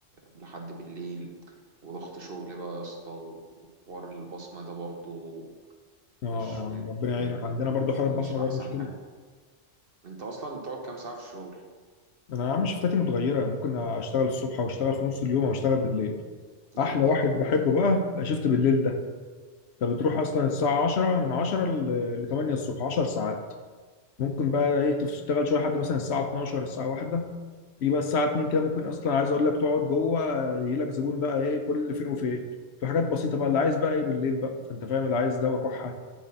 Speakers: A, on the right (about 55°); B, on the left (about 65°).
A: لحد بالليل وضغط شغل بقى يا اسطى وحوار البصمة ده برضو
B: اه
A: مش
B: يا عم
A: م...
B: ربنا يعينك
A: م...
B: عندنا
A: م-
B: برضه حوار البصمة
A: مش احسن
B: ده مشكلة
A: حاجة انت اصلا بتقعد كام ساعة في الشغل
B: انا يا عم شفتاتي متغيرة ممكن اشتغل الصبح او اشتغل في نص اليوم او اشتغل بالليل
A: يا
B: احلى
A: نهار
B: واحد
A: ابيض
B: بحبه بقى شفت بالليل ده انت بتروح اصلا الساعة 10 من 10 ل 8 الصبح 10 ساعات ممكن بقى ايه تشتغل شوية لحد مثلا الساعة 12 الساعة 1 تيجي بقى الساعه 2 كده ممكن اصلا عايز اقول لك تقعد جوه يجي لك زبون بقى ايه كل فين وفين في حاجات بسيطه بقى اللي عايز بقى ايه بالليل بقى فانت فاهم اللي عايز دواء كحه